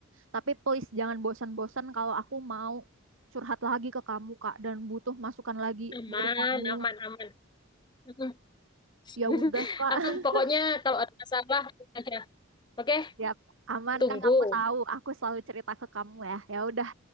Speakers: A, on the right; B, on the left.
A: Tapi please jangan bosan-bosan kalau aku mau curhat lagi ke kamu, Kak, dan butuh masukan lagi
B: Aman,
A: dari kamu.
B: aman, aman. Mm.
A: Ya
B: <laughs>
A: udah, Kak.
B: Aman,
A: <laughs>
B: pokoknya kalau ada masalah aja. Oke,
A: Ya, aman
B: tunggu.
A: kan kamu tahu, aku selalu cerita ke kamu ya. Ya udah.